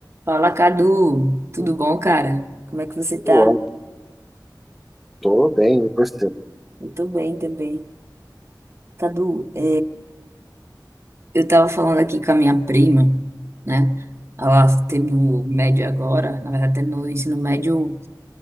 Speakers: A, on the right (about 35°); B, in the centre.
A: Fala, Cadu. Tudo bom, cara? Como é que você tá?
B: Eu tô bem, e você?
A: Eu tô bem também. Cadu, é, eu tava falando aqui com a minha prima, né? Ela terminou o médio agora, na verdade, terminou o ensino médio